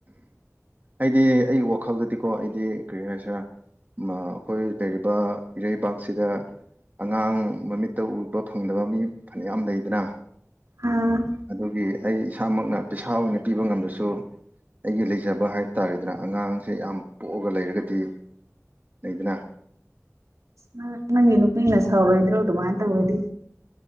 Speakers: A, on the right; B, on the right.
A: ꯑꯩꯗꯤ ꯑꯩ ꯋꯥꯈꯜꯗꯗꯤꯀꯣ ꯑꯩꯗꯤ ꯀꯔꯤ ꯍꯥꯏꯁꯤꯔꯥ ꯑꯩꯈꯣꯏ ꯂꯩꯔꯤꯕ ꯏꯔꯩꯕꯥꯛꯁꯤꯗ ꯑꯉꯥꯡ ꯃꯃꯤꯠꯇ ꯎꯕ ꯐꯪꯗꯕ ꯃꯤ ꯐꯅꯌꯥꯝ ꯂꯩꯗꯅ
B: ꯅꯪ
A: ꯑꯗꯨꯒꯤ ꯑꯩ ꯏꯁꯥꯃꯛꯅ ꯄꯩꯁꯥ ꯑꯣꯏꯅ ꯄꯤꯕ ꯉꯝꯝꯕꯁꯨ ꯑꯩꯒꯤ ꯂꯩꯖꯕ ꯍꯥꯏꯕ ꯇꯥꯔꯦꯗꯅ ꯑꯉꯥꯡꯁꯦ ꯌꯥꯝ ꯄꯣꯛꯑꯒ ꯂꯩꯔꯒꯗꯤ ꯂꯩꯗꯅ
B: ꯪ ꯅꯪꯒꯤ ꯅꯨꯄꯤꯅ ꯁꯥꯎꯔꯣꯏꯗ꯭ꯔꯣ ꯑꯗꯨꯃꯥꯏꯅ ꯇꯧꯋꯗꯤ